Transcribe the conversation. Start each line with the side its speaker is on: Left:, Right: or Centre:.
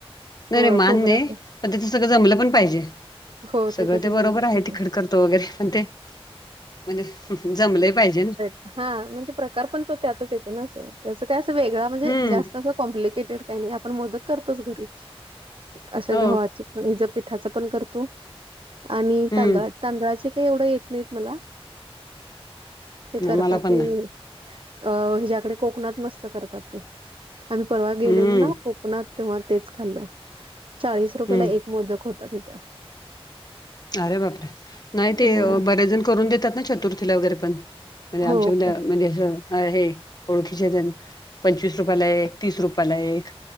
Left: नाई
Right: हो
Left: नाई... मान्य
Right: खोबऱ्याचं
Left: ए.... पण त्याचं सगळं जमलं पण पाहिजे?
Right: हो
Left: सगळं
Right: तसं
Left: ते बरोबर
Right: जमलं
Left: आहे... पण तिखट
Right: ते.
Left: करतो वगैरे पण ते म्हणजे... हूहू.... जमले पाहिजे ना?
Right: हा... म्हणजे प्रकार पण तो त्यातच येतं ना असं... त्या असं काय असं वेगळा... म्हणजे
Left: हम्म
Right: जास्त करून कॉम्प्लिकेटेड काही नाही... आपण मोदक करतोच घरी... अशा
Left: हो
Right: गव्हाच्या <unintelligible> पिठाचं पण करतो आणि
Left: हम्म
Right: तांदळा तांदळाचे काय एवढं येत नाहीत मला... ते करतात
Left: मला पण
Right: ते
Left: नाही
Right: अं... हिच्याकडे कोकणात मस्त करतात ते... आम्ही परवा गेलेलो
Left: हम्म
Right: ना कोक -णात तेव्हा तेच खाल्लं... चाळीस रुपययाला
Left: हम्म
Right: एक मोदक होता तिथं
Left: अरे बापरे.... नाही ते...
Right: हो
Left: अं... बऱ्यांच जण करून देतात ना चतुर्थीला वगैरे पण म्हणजे
Right: हो
Left: आमच्या
Right: का?
Left: मधे... म्हणजे असं आहे. ओळखीचे एक जण... पंचवीस रुपयाला एक तीस रुपयाला एक...